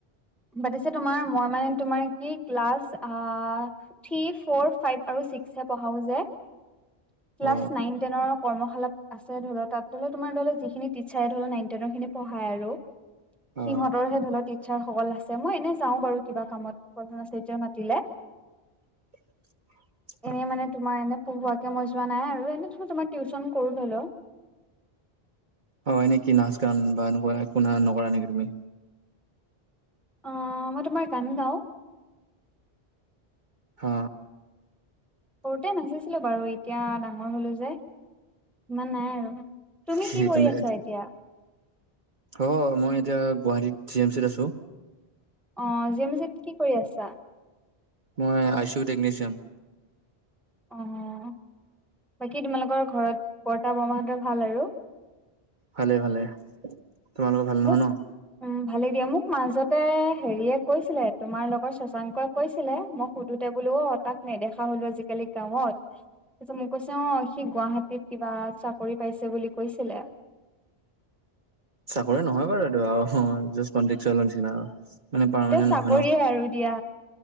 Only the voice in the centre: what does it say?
পাতিছে তোমাৰ মোৰ মানে তোমাৰ কি ক্লাচ আ থ্ৰী ফৰ ফাইপ আৰু ছিক্স এই পঢ়াও যে ক্লাছ
নাইন টেনৰক কৰ্মশালাপ, আছে ধৰো তাত ধৰিলেও তোমাৰ ধৰিলে যিখিনি টিচাৰে ধৰি লওক নাইন টেনৰ খিনি পঢ়ায়। আৰু
সিহঁতৰ হে দলত টিছাৰ। সকল আছে মই এনে যাও বাৰু কিবা কামত প্ৰধান আচাৰ্য ই মাতিলে।
এনেই মানে তোমাৰ এনে পো়ঢ়োকে মই যোৱা নাই আৰু এনেই তোমাৰ টিউচন কৰো। ধৰি লও
অ মই তোমাৰ গান গাওঁ।
সৰুতে নাচিছিলো বাৰু এতিয়া ডাঙৰ হলো যে ইমান নাই। আৰু তুমি
কি কৰি
আছা এতিয়া।
অ জি এম চিত কি কৰি আছা।
অঁ বাকী তোমালোকৰ ঘৰত বৰ্তা, বৰমাহঁতৰ, ভাল। আৰু
মোক
উম ভালে দিয়া মোক মাজতে হেৰিয়ে কৈছিলে তোমাৰ লগৰ শশাংকই কৈছিলে মই সুধোতে বোলো অ তাক নেদেখা হলো আজিকালি গাঁৱত তাৰপিছত মোক কৈছে অ সি গুৱাহাটীত কিবা চাকৰি পাইছে বুলি কৈছিলে
চাকৰিয়ে
আৰু দিয়া